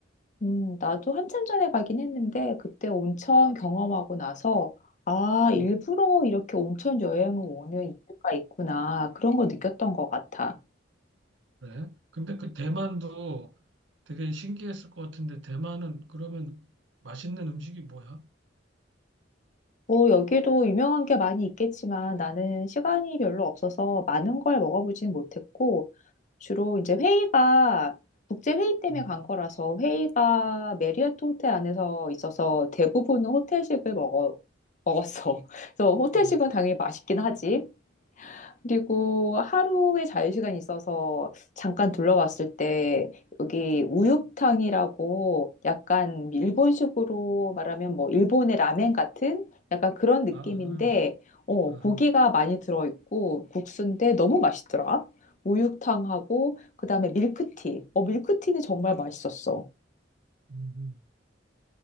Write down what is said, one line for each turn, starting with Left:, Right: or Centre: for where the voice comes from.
Left: 음, 나도 한참 전에 가긴 했는데 그때 온천 경험하고 나서 아, 일부러
Right: 음.
Left: 이렇게 온천 여행을 오는 이유가 있구나. 그런 거 느꼈던 것 같아.
Right: 그래? 근데 그 대만도 되게 신기했을 것 같은데 대만은 그러면 맛있는 음식이 뭐야?
Left: 뭐, 여기도 유명한 게 많이 있겠지만 나는 시간이 별로 없어서 많은 걸 먹어보지는 못했고 주로 이제 회의가 국제회의 때문에
Right: 응,
Left: 간 거라서 회의가 메리어트 호텔 안에서 있어서 대부분은 호텔식을 먹어, 먹었어. <laughs> 그래서 호텔식은
Right: 응.
Left: 당연히 맛있긴 하지. 그리고 하루에 자유시간이 있어서 잠깐 둘러봤을 때 여기 우육탕이라고 약간 일본식으로 말하면 뭐 일본의 라멘 같은 약간 그런 느낌인데
Right: 아하,
Left: 어,
Right: 아하.
Left: 고기가 많이 들어있고 국수인데 너무 맛있더라. 우육탕하고 그다음에 밀크티. 어, 밀크티는 정말 맛있었어.
Right: 음.